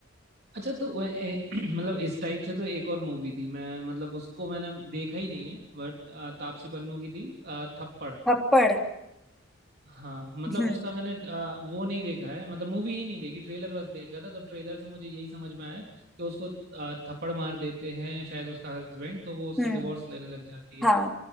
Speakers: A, on the right (about 50°); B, in the centre.
A: अच्छा तो वो ए, <clears throat> मतलब इस टाइप से तो एक और मूवी थी मैं मतलब उसको मैंने देखा ही नहीं है बट तापसी पन्नू की थी अ, थप्पड़
B: थप्पड़
A: हाँ मतलब
B: हम्म
A: उसका मैंने अ, वो नहीं देखा है मतलब मूवी ही नहीं देखी ट्रेलर बस देखा था तो ट्रेलर से मुझे यही समझ में आया कि उसको अ, थप्पड़ मार देते हैं शायद उसका हस्बैंड तो वो उससे
B: हम्म
A: डिवोर्स लेने लग जाती
B: हाँ
A: है